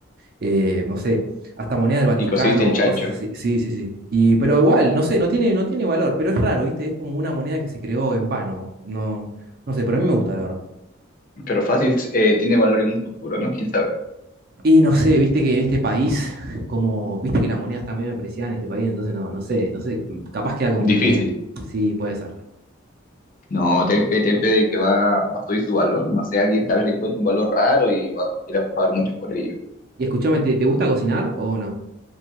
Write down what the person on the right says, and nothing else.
eh, no sé, hasta monedas del Vaticano,
cosas así. Sí, sí, sí. Y, pero igual, no sé, no tiene, no tiene valor, pero es raro, ¿viste? Es como una moneda que se creó en vano. No, no sé, pero a mí me gusta, la verdad.
Y no sé, viste que en este país, como, viste que las monedas también medio depreciadas en este país, entonces no, no sé, no sé, capaz queda como un
meme. Sí, puede ser.
Y escúchame, ¿te, te gusta cocinar o no?